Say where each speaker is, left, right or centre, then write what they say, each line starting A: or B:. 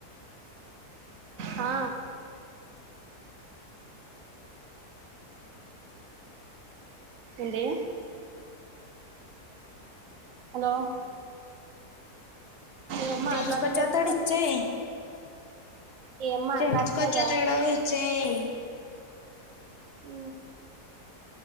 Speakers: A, on the right (about 60°); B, on the left (about 45°).
A: హా ఏంటీ? హలో! ఏం
B: చేయించుకొచ్చేస్తాడు.
A: మాట్లాడట్లేదు మరి
B: ఇచ్చేయి
A: ఏం మాట్లాడ్లేదా?
B: చేయించుకొచ్చేస్తాడు <inaudible>
A: హ్